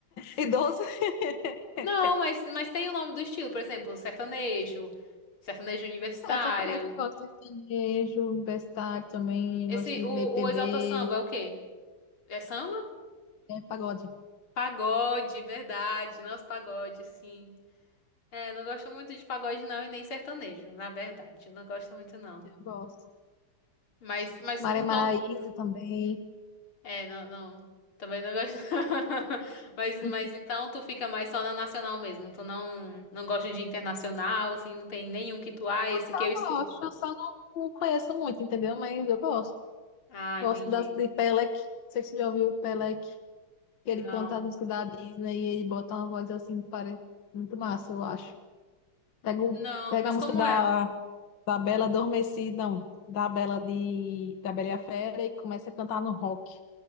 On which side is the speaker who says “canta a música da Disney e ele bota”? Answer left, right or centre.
Left